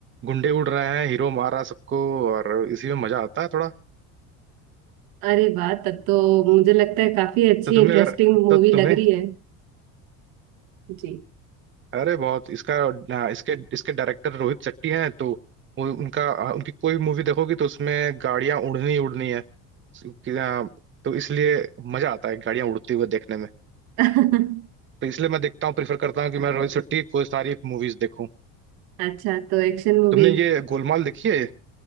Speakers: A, on the right (about 30°); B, on the right (about 75°).
A: गुंडे उड़ रहे हैं हीरो मार रहा है सबको और इसी में मजा आता है थोड़ा
B: अरे वाह तब तो मुझे लगता है काफी अच्छी
A: तो तुम्हें
B: इंटरेस्टिंग
A: अगर
B: मूवी
A: तो तुम्हें
B: लग रही है जी
A: अरे बहुत इसका अ, इसके इसके डायरेक्टर रोहित शेट्टी हैं तो वो उनका अ, उनकी कोई मूवी देखोगी तो उसमें गाड़ियां उड़नी ही उड़नी है कि, अ, तो इसलिए मजा आता है गाड़ियां उड़ती हुई देखने में
B: <laughs>
A: तो इसलिए मैं देखता हूँ प्रीफर करता हूँ कि मैं रोहित शेट्टी को सारी मूवीज देखूं
B: अच्छा तो एक्शन मूवी
A: तुमने ये गोलमाल देखी है